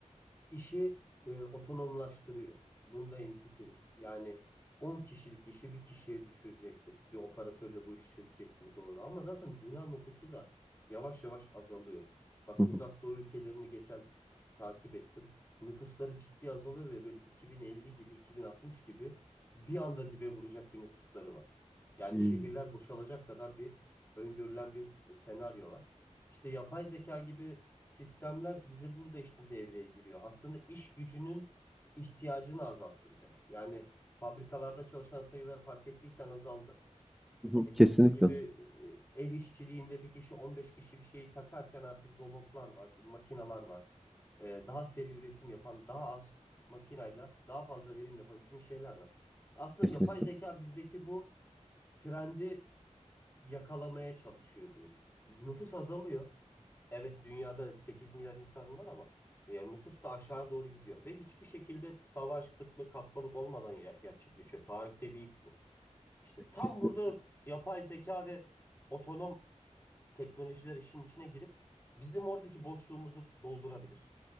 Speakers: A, on the left; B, in the centre.
A: İşi e, otonomlaştırıyor. Bunda hemfikiriz. Yani 10 kişilik işi bir kişiye düşürecektir. Bir operatörle bu işi çözecektir doğru. Ama zaten dünya nüfusu da yavaş yavaş azalıyor. Bak
B: Hı hı.
A: Uzak Doğu ülkelerini geçen takip ettim. Nüfusları ciddi azalıyor ve böyle 2050 gibi 2060 gibi bir anda dibe vuracak bir nüfusları var. Yani
B: Hımm.
A: şehirler boşalacak kadar bir öngörülen bir senaryo var. İşte yapay zeka gibi sistemler bizi burada işte devreye giriyor. Aslında iş gücünün ihtiyacını azalttıracak. Yani fabrikalarda çalışan sayıları fark ettiysen azaldı.
B: Hı hı.
A: Eskisi
B: Kesinlikle,
A: gibi e, el işçiliğinde bir kişi 15 kişi bir şeyi takarken artık robotlar var, makineler var. E, Daha seri üretim yapan, daha az makinayla daha fazla verim yapabildiğin şeyler var. Aslında
B: kesinlikle.
A: yapay zeka bizdeki bu trendi yakalamaya çalışıyor diyeyim. Nüfus azalıyor. Evet dünyada 8 milyar insan var ama yani nüfus da aşağı doğru gidiyor ve hiçbir şekilde savaş, kıtlık, hastalık olmadan ya- gerçekleşiyor. Tarihte bir ilk bu. İşte tam
B: Kesinlikle.
A: burada yapay zeka ve otonom teknolojiler işin içine girip bizim oradaki boşluğumuzu doldurabilir.